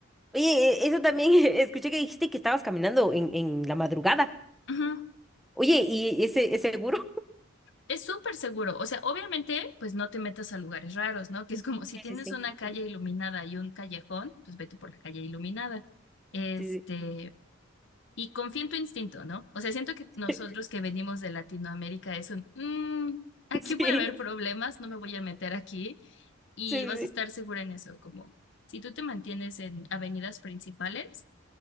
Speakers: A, in the centre; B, on the left.
A: oye, e- eso también, <laughs> escuché que dijiste que estabas caminando en, en la madrugada.
B: Ujú.
A: Oye, ¿y ese, ese gurú?
B: Es súper seguro, o sea, obviamente, pues no te metas a lugares raros, ¿no? Que es como si
A: Sí,
B: tienes
A: sí, sí,
B: una calle iluminada y un callejón, pues vete por la calle iluminada. Este,
A: sí,
B: Y confía en tu instinto, ¿no? O sea, siento que nosotros
A: sí,
B: que venimos de Latinoamérica es un, "Mm, aquí
A: <laughs> sí,
B: puede haber problemas, no me voy a meter aquí y
A: sí,
B: vas a estar
A: sí.
B: segura en eso, como si tú te mantienes en avenidas principales,